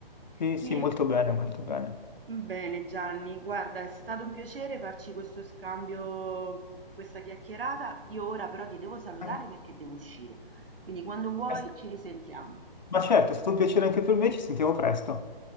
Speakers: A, on the left; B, on the right.
A: Sì,
B: E-
A: sì, molto bene, molto bene.
B: Bene Gianni, guarda, è stato un piacere farci questo scambio, questa chiacchierata. Io ora però ti devo salutare
A: Anche-
B: perché devo uscire. Quindi quando vuoi
A: eh,
B: ci risentiamo.
A: Ma certo, è stato un piacere anche per me, ci sentiamo presto.